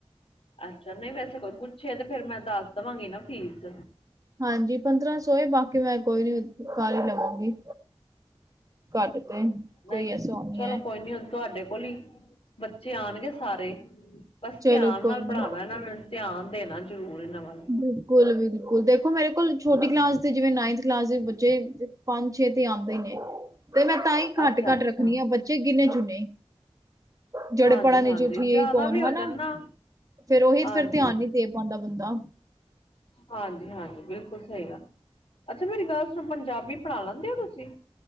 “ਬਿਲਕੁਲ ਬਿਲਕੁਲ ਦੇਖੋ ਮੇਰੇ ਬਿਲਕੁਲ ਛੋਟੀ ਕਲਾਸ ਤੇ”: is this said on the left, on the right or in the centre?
Right